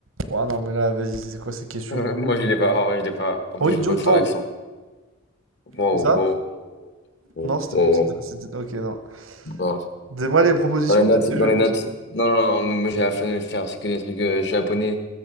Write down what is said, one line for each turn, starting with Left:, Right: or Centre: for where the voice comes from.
Right: Ouah, non, mais là, vas-y, c'est quoi ces questions?
Left: Euh, Moi, je l'ai pas. En vrai, je l'ai pas. En
Right: Honjo
Left: plus, je veux pas te
Right: Do,
Left: faire l'accent. Wow,
Right: c'est ça?
Left: wow, wow, wow.
Right: Non, c'était.
Left: wow,
Right: c'était-
Left: wow.
Right: c'était- Ok, non.
Left: Non.
Right: Donne-moi les propositions,
Left: Dans les notes,
Right: peut-être que
Left: dans
Right: je vais
Left: les
Right: m'en
Left: notes.
Right: souvenir.
Left: Non, non, non, moi, j'ai la flemme de le faire. C'est que des trucs euh, japonais.